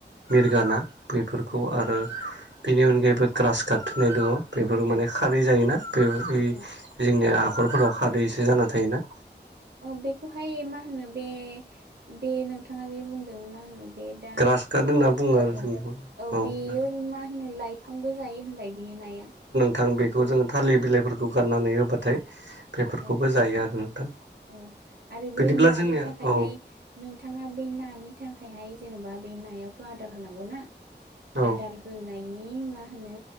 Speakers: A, on the right; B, on the right.
A: मिरगा ना बैफोरखौ आरो बेनि अनगायैबो ग्रास घात होननाय दंङ। बेफोर
B: औ
A: माने खारै जायोना बे बै
B: औ
A: जोंनिया न'खरफोराव खादैसो जाना थायोना।
B: औ बेखौहाय मा होनो बे बे नोंथाङा जे बुंदों मा होनो बे दा
A: ग्रास काट होनना
B: मा
A: बुङो
B: ओ
A: आरो जोंनिखौ
B: औ औ बेयो
A: ना
B: मा होनो लाइ बिफांबो जायो होनलाय बेयो नाया?
A: थां बेखौ जोङो थालिर बिलाइफोरखौ गारनानै होबाथाय बेफोरखौबो
B: औ
A: जायो आरो नोंथां।
B: औ आरो बे
A: बिदिब्ला
B: नानि
A: जोंनिया
B: थाखायहाय
A: औ
B: नोंथाङा बे नानि थाखायहाय जेने बा बे नायावथ' आदार होनांगौ ना
A: औ
B: आदार होनायनि मा होनो